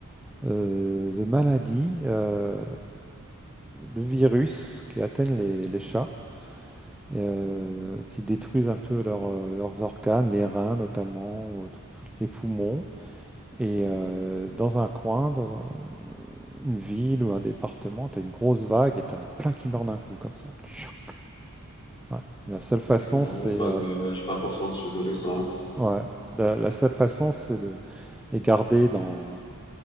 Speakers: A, in the centre; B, on the left.
A: euh, de maladies, euh, de virus qui atteignent les, les chats, euh, qui détruisent un peu leur, euh, leurs organes, les reins notamment, ou autre- les poumons. Et euh, dans un coin, dans un- une ville ou un département, tu as une grosse vague et tu en as plein qui meurent d'un coup comme ça. Tchouk. Ouais. Et la seule façon,
B: non,
A: c'est
B: ouais, pas,
A: euh,
B: de- j'ai pas forcément de souvenir de ça.
A: Ouais, la, la seule façon, c'est de les garder dans,